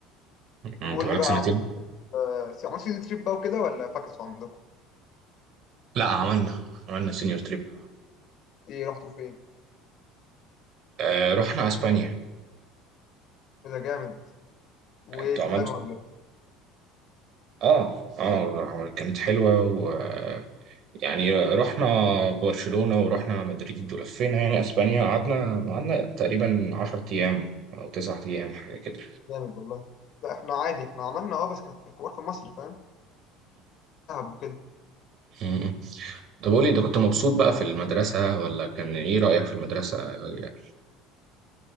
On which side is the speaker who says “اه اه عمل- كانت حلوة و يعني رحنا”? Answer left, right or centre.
Right